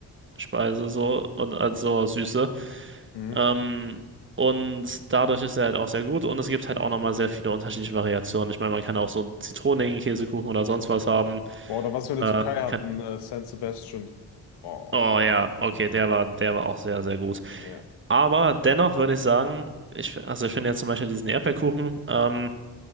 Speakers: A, on the right (about 30°); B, on the left (about 85°).
A: Speise, so und also Süße.
B: Mhm.
A: Ähm, und dadurch ist er halt auch sehr gut und es gibt halt auch nochmal sehr viele unterschiedliche Variationen. Ich meine, man kann auch so einen zitronigen Käsekuchen oder sonst was haben.
B: Boah, oder was wir in der
A: Äh,
B: Türkei
A: man
B: hatten,
A: kann,
B: äh, San Sebastian. Boah,
A: oh ja, okay, der war, der war auch sehr, sehr gut.
B: ja.
A: Aber dennoch würde ich sagen, ich, also ich finde jetzt zum Beispiel diesen Erdbeerkuchen, ähm,